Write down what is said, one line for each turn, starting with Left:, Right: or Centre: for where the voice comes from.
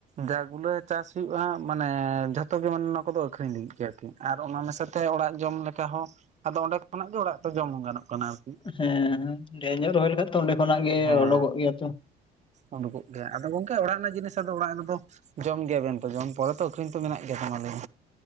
Right: ᱡᱟ ᱜᱩᱞᱟᱹ ᱪᱟᱥ ᱦᱩᱭᱩᱜᱼᱟ ᱢᱟᱱᱮ ᱡᱷᱚᱛᱚ ᱜᱮ ᱢᱟᱱᱮ ᱱᱚᱣᱟ ᱠᱚᱫᱚ ᱟᱠᱷᱨᱤᱧ ᱞᱟᱹᱜᱤᱫᱤ ᱜᱮ ᱟᱨᱠᱤ ᱟᱨ ᱚᱱᱟ ᱢᱮᱥᱟᱛᱮ ᱚᱲᱟᱜ ᱡᱚᱢ ᱞᱮᱠᱟᱦ ᱟᱫᱚ ᱚᱸᱰᱮ ᱠᱷᱚᱱᱟᱜ ᱜᱮ ᱚᱲᱟᱜ ᱫᱚ ᱡᱚᱢ ᱜᱟᱱᱚᱜ ᱠᱟᱱᱟ ᱟᱨᱠᱤ
Left: ᱦᱮᱸ ᱧᱚᱜ ᱨᱚᱦᱚᱭ ᱞᱮᱠᱷᱟ ᱛᱚ ᱚᱸᱰᱮ ᱠᱷᱚᱱᱟᱜ ᱜᱮ
Right: ᱦᱮᱸ
Left: ᱚᱰᱩᱠᱚᱜ ᱜᱮᱭᱟ ᱛᱚ
Right: ᱩᱰᱩᱠᱚᱜ ᱜᱮᱭᱟ ᱟᱫᱚ ᱜᱚᱝᱠᱮ ᱚᱲᱟᱜ ᱨᱮᱱᱟᱜ ᱡᱤᱱᱤᱥ ᱟᱫᱚ ᱚᱲᱟᱜ ᱨᱮᱫᱚ ᱡᱚᱢ ᱜᱮᱭᱟᱵᱮᱱ ᱛᱚ ᱡᱚᱢ ᱯᱚᱨᱮ ᱛᱚ ᱟᱹᱠᱷᱨᱤᱧ ᱛᱚ ᱢᱮᱱᱟᱜ ᱜᱮ ᱛᱳ ᱞᱟᱹᱭ